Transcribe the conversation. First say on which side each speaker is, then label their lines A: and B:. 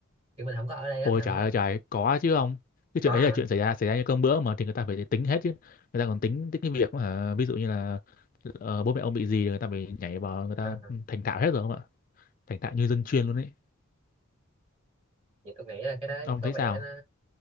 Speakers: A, on the right (about 30°); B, on the left (about 40°).
A: kiểu mình không có ở đây á
B: Ôi
A: mà không
B: trời
A: có
B: ơi trời, có chứ ông Cái
A: có
B: chuyện đấy
A: hả
B: là chuyện xảy ra xảy ra như cơm bữa mà thì người ta phải tính hết chứ. Người ta còn tính tính cái việc mà ví dụ như là ờ, bố mẹ ông bị gì người ta phải nhảy vào người ta
A: à,
B: ừ, thành thạo hết rồi không ạ? Thành thạo như dân chuyên luôn ấy.
A: vậy tôi nghĩ là cái đấy
B: Ông
A: có
B: thấy
A: vẻ
B: sao?
A: nó